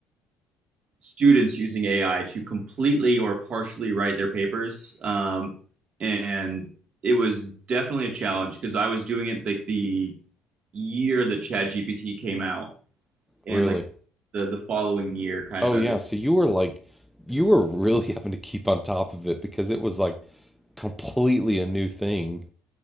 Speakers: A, on the right; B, in the centre.
A: students using AI to completely or partially write their papers. Um, and it was definitely a challenge because I was doing it like the year that ChatGPT came out and
B: Really?
A: like the the following year kind
B: Oh
A: of as
B: yeah.
A: it
B: So you were like you were really <laughs> having to keep on top of it because it was like completely a new thing.